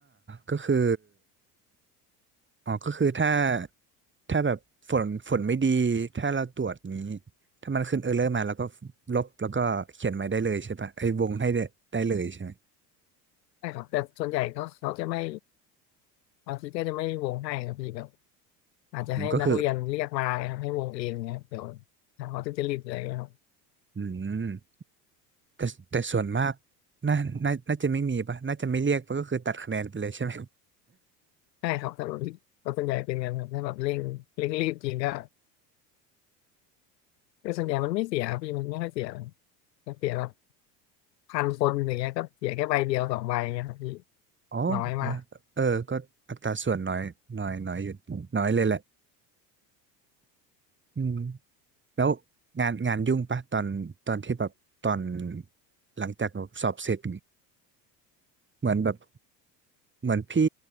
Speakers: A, on the right; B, on the left.
A: ก็คืออ๋อก็คือถ้าถ้าแบบฝนฝนไม่ดีถ้าเราตรวจนี้ถ้ามันขึ้นเออร์เรอร์มาแล้วก็ลบแล้วก็เขียนใหม่ได้เลยใช่ปะไอ้ยวงให้ได้ได้เลยใช่ไหม
B: ใช่ครับแต่ส่วนใหญ่เขาเขาจะไม่บางทีก็จะไม่วงให้ครับพี่แบบอาจจะให้นักเรียนเรียกมาไงครับให้วงเองเงี้ยเดี๋ยว
A: อืมก็คือ
B: หาเขาจะจริตอะไรเงี้ยครับ
A: อืมแต่แต่ส่วนมากน่าน่าน่าจะไม่มีปะน่าจะไม่เรียกปะก็คือตัดคะแนนไปเลยใช่ไหม
B: ใช่ครับถ้าแบบก็ส่วนใหญ่เป็นกันครับถ้าแบบเร่งเร่งรีบจริงก็แต่ส่วนใหญ่มันไม่เสียครับพี่มันไม่ค่อยเสียหรอกจะเสียแบบ พันคนอย่างเงี้ยก็เสียแค่ใบเดียวสองใบเงี้ยครับพี่
A: <laughs> อ๋อ
B: น้อยมาก
A: เออก็อัตราส่วนน้อยน้อยน้อยอยู่น้อยเลยแหละอืม แล้วงานงานยุ่งปะตอนตอนที่แบบตอนหลังจากแบบสอบเสร็จเหมือนแบบเหมือนพี่